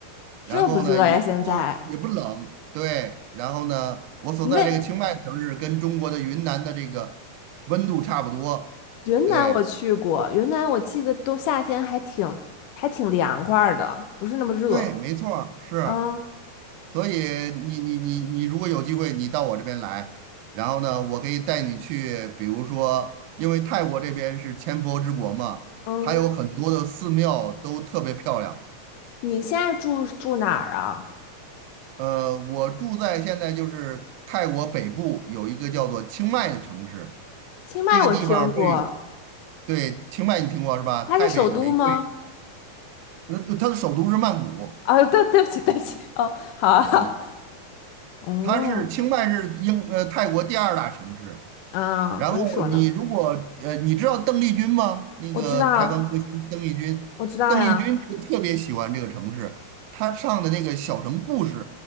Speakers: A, on the right; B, on the left.
A: 然后呢也不也不冷，
B: 热不热呀？现在
A: 对，然后呢，我所在这个清迈城市跟中国的云南的这个温度差不多，
B: 你那云南我去过，
A: 对
B: 云南我记得都夏天还挺还挺凉快儿的，不是那么热。
A: 对，没错儿是。
B: 嗯
A: 所以你你你你如果有机会，你到我这边来，然后呢，我可以带你去，比如说，因为泰国这边是千佛之国嘛，
B: 嗯，
A: 它有很多的寺庙都特别漂亮。
B: 你现在住住哪儿啊？
A: 呃，我住在现在就是泰国北部有一个叫做清迈的城市，
B: 清迈我听过，
A: 这个地方被，对，清迈你听过是吧？
B: 它是首都吗？
A: 泰北的玫瑰，呃，它的首都是曼谷，
B: 啊，对，对不起，对不起，哦，好啊好，
A: 嗯，
B: <laughs> 嗯，
A: 它是清迈是英呃泰国第二大城市。
B: 啊，
A: 然后你如果呃，
B: 我就说呢，
A: 你知道邓丽君吗？那个台湾歌星邓丽君，
B: 我知道，我知道呀，
A: 邓丽君就特别喜欢这个城市，她唱的那个《小城故事》